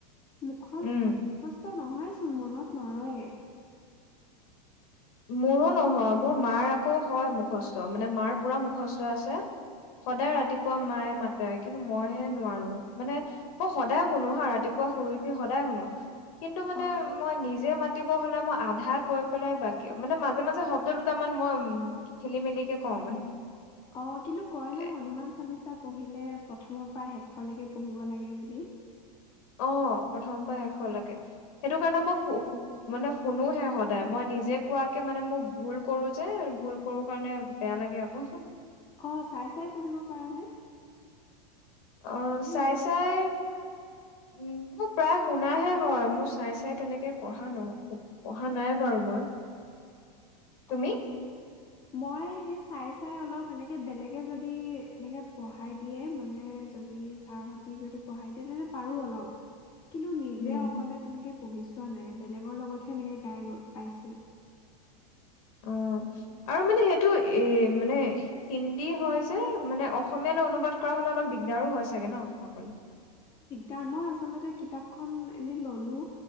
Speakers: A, on the left; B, on the left.
A: মুখৰ
B: উম।
A: মুখস্থ নহয়। চো মনত নৰয়ে
B: মোৰো নহয় মোৰ মাৰ আকৌ হয় মুখস্থ মানে মাৰ পুৰা মুখস্থ আছে। সদায় ৰাতিপুৱা
A: অ
B: মায়ে মা কিন্তু মই হে নোৱাৰো মানে মই সদায় শুনো হা ৰাতিপুৱা শুই উঠি সদায় শুনো। কিন্তু মানে
A: অ
B: মই নিজে মা দ হলে মই আধা কৈ পেলাই ব ক মানে মাজে মাজে শব্দ দুটামান মই উম খেলি মেলিকে কওঁ মানে।
A: অ' কিন্তু কয়
B: এ
A: ন হনুমান চালিচা পঢ়িলে প্ৰথমৰ পৰা শেষৰলৈকে পঢ়িব লাগে বুলি।
B: অ' প্ৰথমৰ পৰা শেষলৈকে সেইটো কাৰণে মই মানে শুনোহে সদায় মই নিজে কোৱাকে মানে মই ভুল কৰো যে ভুল কৰো কাৰণে বেয়া লাগে আকৌ
A: অ' চাই চাই পঢ়িব পাৰানে?
B: অ'
A: মানে
B: চাই
A: মুখত
B: চাই উ মোৰ প্ৰায় শুনাহে হয় মোৰ চাই চাই তেনেকে পঢ়া ন পঢ়া নাই বাৰু মই, তুমি?
A: অ মই সেই চাই চাই অলপ এনেকে বেলেগে যদি এনেকে পঢ়াই দিয়ে মানে যদি ছাৰহতি যদি পঢ়াই দিয়ে তেনে পাৰো অলপ কিন্তু নিজে
B: উম।
A: অকলে তেনেকে পঢ়ি চোৱা নাই। বেলেগৰ লগতহে এনেকে গাই পাইছোঁ।
B: অ'। চাগে ন' <unintelligible>
A: তাৰ মই আচলতে কিতাপখন এনে ল'লো,